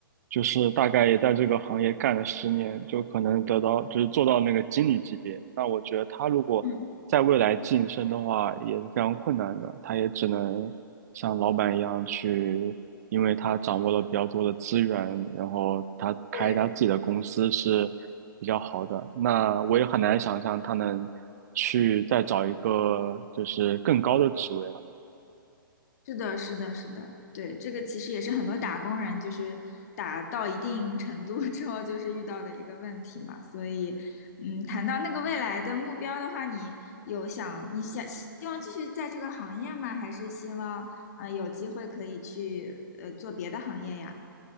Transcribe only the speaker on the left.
嗯，
对，
是的，是的，是的，对，这个其实也是很多打工人就是打到一定程度 <laughs> 之后就是遇到的一个问题嘛。所以，嗯，谈到那个未来的目标的话，你有想你想希望继续在这个行业吗？还是希望呃有机会可以去呃做别的行业呀？